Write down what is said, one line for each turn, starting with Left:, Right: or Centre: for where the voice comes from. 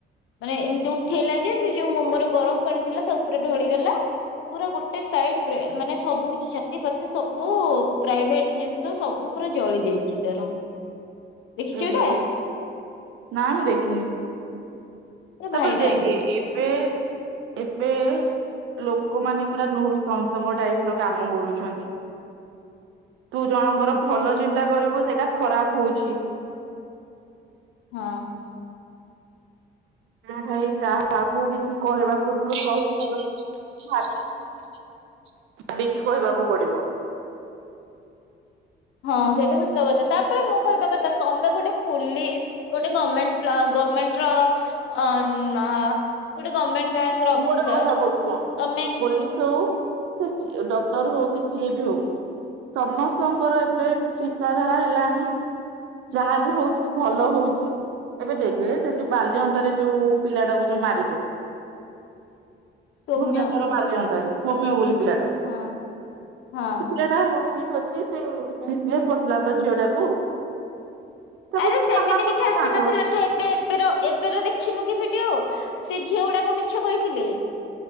Left: ମାନେ ଏମିତି ଉଠେଇଲା ଯେ ସେ ଯୋଉ ମୋମର ଗରମ ପାଣି ଥିଲା ତା ଉପରେ ଢଳିଗଲା। ପୁରା ଗୋଟେ ସାଇଟ ବ୍ରେ ମାନେ ସବୁ କିଛି ଛାତି ଫାତି ସବୁ ପ୍ରାଇଭେଟ ଯେ ତ ସବୁ ପୁରା ଜଳି ଯାଇଛି ତାର। ଦେଖିଛୁ
Right: ଉଁ
Left: ଏଇଟା
Right: ହୁଁ। ନା ମୁଁ ଦେଖିନି।
Left: ପୁରା
Right: ତାପରେ
Left: ଭାଇରାଲ
Right: ଦେଖେ ଏବେ ଏବେ ଲୋକମାନେ ପୁରା ନୃସଂସ ଟାଇପ ର କାମ କରୁଛନ୍ତି। ତୁ ଜଣଙ୍କର ଭଲ ଚିନ୍ତା କରିବୁ ସେଇଟା ଖରାପ ହଉଚି।
Left: ହଁ।
Right: ଭାଇ କାହାକୁ କିଛି କହିବା ପୂର୍ବରୁ। <unintelligible> <unintelligible> ଭାବିକି କହିବାକୁ ପଡିବ।
Left: ହଁ ସେଇଟା ସତ କଥା। ତାପରେ ମୁଁ କହିବା କଥା ତମେ ଗୋଟେ ପୋଲିସ ଗୋଟେ ଗମେଣ୍ଟ ଗମେଣ୍ଟ ର ଅ ଗୋଟେ ଗଭମେଣ୍ଟ ଗ୍ୟାଙ୍ଗ ର
Right: ମୁଁ
Left: ଅଫିସର
Right: ଗୋଟେ କଥା କହୁଛି ଶୁଣୁ
Left: ତମେ
Right: <unintelligible> ସେ ଡକ୍ଟର ହଉ କି ଯିଏ ବି ହଉ ସମସ୍ତଙ୍କର ଏବେ ଚିନ୍ତାଧାରା ହେଲାଣି ଯାହା ବି ହଉଛି ଭଲ ହଉଛି ଏବେ ଦେଖେ ଯୋଉ ବାଲ୍ୟଅନ୍ତାରେ ଯୋଉ ପିଲାଟାକୁ ଯୋଉ ମାରିଲେ
Left: ସୌମ୍ୟ
Right: ଭୁବନେଶ୍ୱର ବାଲିଅଣ୍ଟାରେ ସୋମ୍ୟ ବୋଲି ପିଲାଟାକୁ
Left: ହଁ ହଁ।
Right: ଥିଲା ଟା ହଉ ଠିକ ଅଛି ସେ ମିଶ କରୁ ଥିଲା ତ ଝିଅ ଟାକୁ ତାକୁ
Left: ଆରେ ସେମିତି
Right: ଥାନାକୁ
Left: କିଛି
Right: ନେଇଥାନ୍ତ।
Left: ଆସିନଥିଲା ତୁ ଏବେ ଏବେ ଏବେର ଦେଖିନୁ କି ଭିଡିଓ ସେ ଝିଅ ଗୁଡାକ ମିଛ କହିଥିଲେ